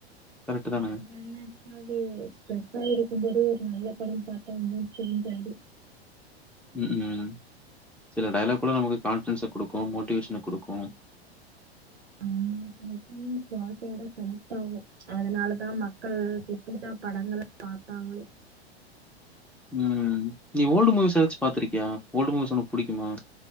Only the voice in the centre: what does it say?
கரெக்ட்
தான?
ம் ம் சில டைய்லாக் கூட நமக்கு கான்பிடென்ஸு குடுக்கு மோட்டிவேஷ்ன குடுக்கும்
உம் நீ ஓல்டு மூவிஸ் ஏதாச் பாத்திருக்கியா ஓல்டு மூவிஸ் ஒனக்கு புடிக்குமா